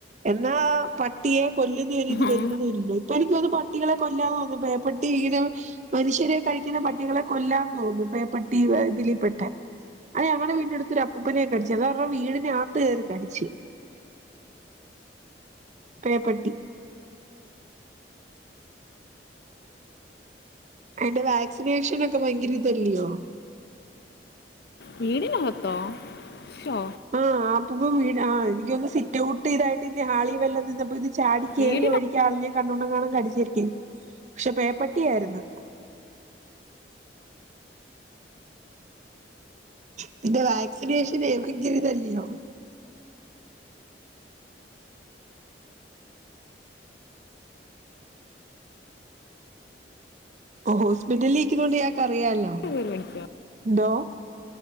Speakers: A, on the right; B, on the left.
A: എന്നാ പട്ടിയെ കൊല്ലുന്ന ഒരിത് വരുന്നതുല്ലേ.
B: ആ
A: അപ്പോ എനിക്കൊന്നുന്നു പട്ടികളെ കൊല്ലാ തോന്നുന്നു വേപട്ടി ഇങ്ങനെ. മനുഷ്യരെ കഴിക്ക്ന്ന പട്ടികളെ കൊല്ലാം തോന്നുന്നു വേ പട്ടി ഇതില് പ്പെട്ട. അതേ ഞങ്ങള്ടെ വീട്ടിനടുത്ത് ഒരു അപ്പൂപ്പനെ കടിച്ച് അതാ അവരുടെ വീടിനകത്ത് കയറി കടിച്ച്. പേ പ്പട്ടി. അയ്ന്റെ വാക്സിനേഷൻ ഒക്കെ ഭയങ്കരിതല്ലൃയോ?
B: വീടിനകത്തോ ശോ
A: ആഹ്. അപ്പൂപ്പൻ വീഴ ആഹ് എനിക്ക് തോന്ന്ന്ന് സിറ്റൗട്ട് ഇതായിട്ട് ഇനി ഹാളി വല്ലം നിന്നപ്പോ ഇത് ചാടി കേറിയ
B: വീടിനകത്ത്
A: വഴി ആളിഞ്ഞ കണ്ടൊണ്ടങ്ങാണ് കടിച്ചിരിക്കും പക്ഷേ പേപ്പട്ടിയായിരുന്നു. ഇതിന്റെ വാക്സിനേഷൻ ഏതെങ്കിലും ഇതല്ലയോ. ഓ ഹോസ്പിറ്റലിൽ നിക്കൃന്ന കൊണ്ട് ഇയാക്ക് അറിയാലോ.
B: എങ്ങനെ അടിക്കാ?
A: എന്തോ?